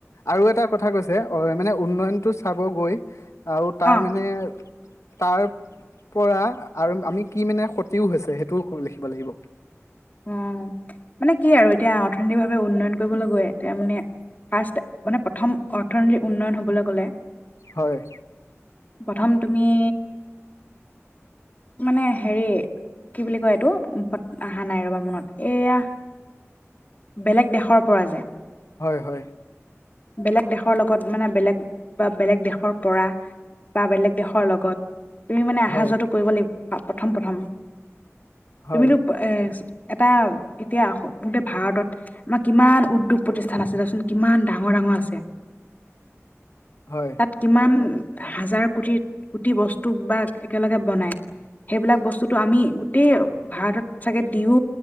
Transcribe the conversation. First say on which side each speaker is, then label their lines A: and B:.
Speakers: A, on the left; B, on the left.
A: আৰু এটা কথা কৈছে অ মানে উন্নয়নতটো চাব গৈ আৰু তাৰ
B: অ
A: মানে তাৰ পৰা আৰু আমি কি মানে ক্ষতিও হৈছে সেইটোও লি ব লাগিব
B: অ মানে কি আৰু এতিয়া অৰ্থনৈতিক ভাৱে উন্নয়ন কৰিবলৈ গৈ এতিয়া মানে ফাৰ্ষ মানে প্ৰথম অৰ্থনৈতিক উন্নয়ন হবলৈ গলে
A: হয়।
B: প্ৰথম তুমি মানে হেৰি কি বুলি কয় এইটো মুখত আহ অহা নাই ৰবা মনত এইয়া বেলেগ দেশৰ পৰা যে,
A: হয়-হয়
B: বেলেগ দেশৰ লগত মানে বেলেগ বা বেলেগ দেশৰ পৰা বা বেলেগ দেশৰ লগত তুমি মানে অহা
A: হয়,
B: যোৱাো কৰিব লাগিব প্ৰথম প্ৰথম
A: হয়,
B: তুমিতো এ এটা এতিয়া গট ভাৰতত আমাৰ কিমান উদ্যোগ প্ৰতিষ্ঠান আছে দেচোন কিমান ডাঙৰ ডাঙৰ আছে
A: হয়,
B: তাত কিমান হাজাৰ কোটি কোটি বস্তু বা একেলগে বনাই সেইবিলাক বস্তুটো আমি গোটেই ভাৰতত চাগে দিও